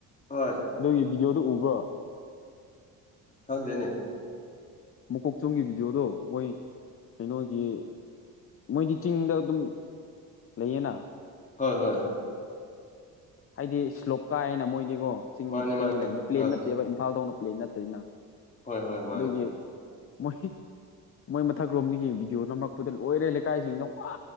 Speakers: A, on the left; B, on the left.
A: ꯍꯣꯏ
B: ꯑꯗꯨꯒꯤ ꯚꯗꯤꯑꯣꯗꯨ ꯎꯕ꯭ꯔꯣ
A: ꯍꯪꯗꯦꯅꯦ
B: ꯃꯀꯣꯛ ꯆꯨꯝꯒꯤ ꯚꯤꯗꯤꯑꯣꯗꯣ ꯃꯣꯏ ꯀꯩꯅꯣꯒꯤ ꯃꯣꯏꯗꯤ ꯆꯤꯡꯗ ꯑꯗꯨꯝ ꯂꯩꯌꯦꯅ
A: ꯍꯣꯏ ꯍꯣꯏ
B: ꯍꯥꯏꯗꯤ ꯁ꯭ꯂꯣꯞ ꯀꯥꯏꯑꯅ ꯃꯣꯏꯗꯤꯀꯣ ꯆꯤꯡ
A: ꯃꯥꯅꯦ
B: ꯆꯤꯡꯗ
A: ꯃꯥꯅꯦ
B: ꯂꯩꯔꯝꯃꯤ ꯄ꯭ꯂꯦꯟ
A: ꯑꯥ
B: ꯅꯠꯇꯦꯕ ꯏꯝꯐꯥꯜꯗꯧꯅ ꯄ꯭ꯂꯦꯟ ꯅꯠꯇꯅꯤꯅ
A: ꯍꯣꯏ ꯍꯣꯏ ꯃꯥꯅꯦ
B: ꯑꯗꯨꯒꯤ ꯃꯣꯏ ꯃꯣꯏ ꯃꯊꯛ ꯂꯣꯝꯗꯒꯤ ꯚꯤꯗꯤꯑꯣ ꯅꯝꯂꯛꯄꯗ ꯂꯣꯏꯔꯦ ꯂꯩꯀꯥꯏꯁꯤꯡꯅ ꯋꯥ